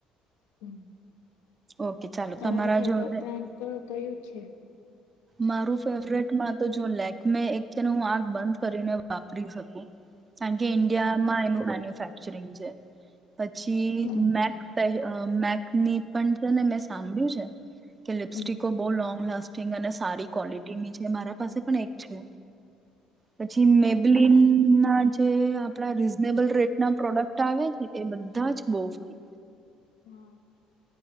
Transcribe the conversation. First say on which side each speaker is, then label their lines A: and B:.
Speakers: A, on the left (about 80°); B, on the right (about 30°).
A: હમ
B: ઓકે ચાલો
A: તમારો
B: તમારા
A: ફેવરેટ
B: જો હવે
A: બ્રાડ કયું છે
B: મારું ફેવરેટ માં તો જો લે મેં એક ચન હું આંખ બંધ કરીને વાપરી શકું કારણ કે ઈન્ડિયા માં એનું મેન્યુફેક્ચરિંગ છે પછી
A: હમ
B: મેક્ અ મેકની પણ છે ને મેં સાંભળ્યું છે કે લિપસ્ટિકો
A: હમ
B: બહુ લોંગ લાસ્ટિ ંગ અને સારી ક્વોલિટીની છે મારા પાસે પણ એક છે પછી મેબલીન ના જે આપણા રીઝનેબલ રેટના પ્રોડક્ટ આવે છે એ બધા જ બહુ ફાય
A: હા